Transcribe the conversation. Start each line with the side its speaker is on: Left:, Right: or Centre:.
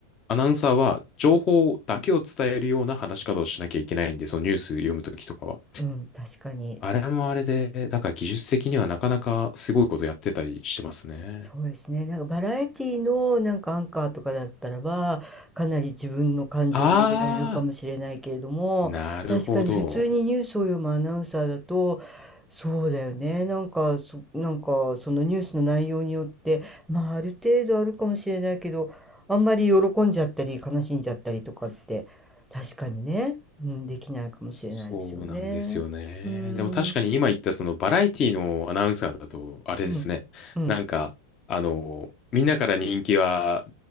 Left: アナウンサーは、情報だけを伝えるような話し方をしなきゃいけないんで、そのニュース読むときとかは。
Centre: うん、確かに。
Left: あれもあれで、だから技術的にはなかなかすごいことやってたりしてますね。
Centre: そうですね。なんかバラエティのなんかアンカーとかだったらば、かなり自分の感情も入れられるかもしれないけれども、
Left: あー、なるほど。
Centre: 確かに普通にニュースを読むアナウンサーだと、そうだよね。なんか、そ、なんかそのニュースの内容によって、まあある程度あるかもしれないけど、あんまり喜んじゃったり悲しんじゃったりとかって、確かにね、うん、できないかもしれないですよね。
Left: そうなんですよね。
Centre: うーん、
Left: でも確かに今言ったそのバラエティのアナウンサーだと、あれですね。
Centre: うん、うん。
Left: なんか、あの、みんなから人気は